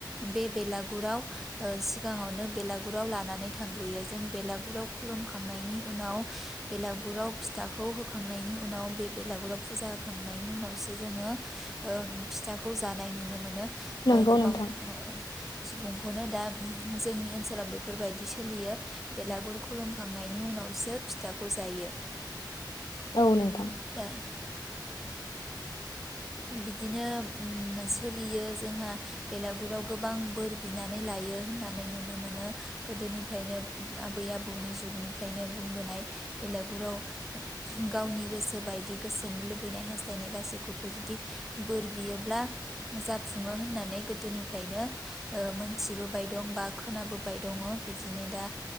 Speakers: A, in the centre; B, on the left.
A: बे बेलागुराव ओ सिगाङावनो बेलागुर। गुराव लानानै थांग्रोयो जों बेलागुराव खुलुमखांनायनि उनाव बेलागुराव फिथाखौ होखांनायनि उनाव बे बेलागुराव फुजा होखांनायनि उनावसो जोङो ओ फिथाखौ जानाय नुनो मोनो। ओ
B: नंगौ
A: गोबां
B: नोंथां
A: ओ। सुबुंखौनो दा जोंनि ओनसोलाव बे। बेफोरबायदि सोलियो बेलागुर खुलुमखांनायनि उनावसो फिथाखौ जायो
B: औ नोंथां।
A: दा बिदिनो उम सोलियो जोंहा बेलागुराव गोबां बोर बिनानै लायो होननानै नुनो मोनो। गोदोनिफ्रायनो आबै आबौनि जुगनिफ्रायनो बुंबोनाय बेलागुराव गावनि गोसो बायदि गोसोनि लुबैनाय हास्थायनाय गासैखौबो जुदि बोर बियोब्ला जाफुङो होननानै गोदोनिफ्रायनो ओ मोनथिबोबाय दं बा खोनाबोबाय दङ। बिदिनो दा